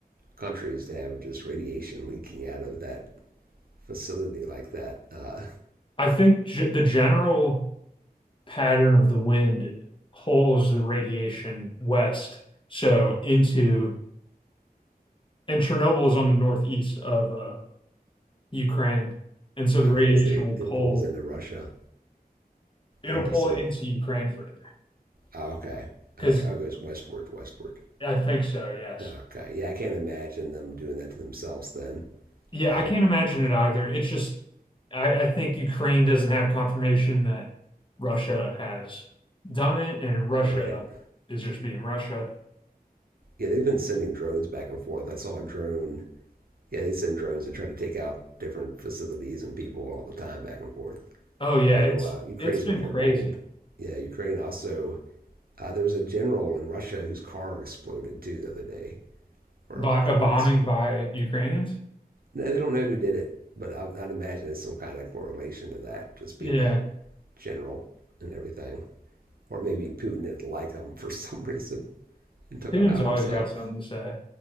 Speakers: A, on the right; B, on the left.
A: countries to have just radiation leaking out of that facility like that. Uh,
B: I think ge- the general pattern of the wind pulls the radiation west, so into, and Chernobyl is on the northeast of uh, Ukraine, and so the radiation
A: okay, so it,
B: will
A: it
B: pull,
A: pulls into Russia
B: it'll
A: more
B: pull
A: so.
B: it into Ukraine further.
A: Okay,
B: Because
A: okay, oh, it goes westward, westward.
B: I think so, yes.
A: Okay, yeah, I can't imagine them doing that to themselves then.
B: Yeah,
A: Um,
B: I can't imagine it either. It's just, I, I think Ukraine doesn't have confirmation that Russia has done it, and Russia
A: right.
B: is just being Russia.
A: Yeah, they've been sending drones back and forth. I saw a drone. Yeah, they send drones to try to take out different facilities and people all the time back and forth.
B: Oh yeah,
A: I know
B: it's
A: uh, Ukraine's
B: it's been
A: been more
B: crazy.
A: bold. Yeah, Ukraine also. Uh, there was a general in Russia whose car exploded too the other day, or
B: By
A: a couple
B: a bombing
A: weeks ago.
B: by Ukrainians?
A: Now they don't know who did it, but I, I'd imagine it's some kind of correlation to that, just being
B: Yeah,
A: a general and everything. Or maybe Putin didn't like him <laughs> for some reason and took
B: Tatum's
A: him out
B: always
A: himself.
B: got something to say.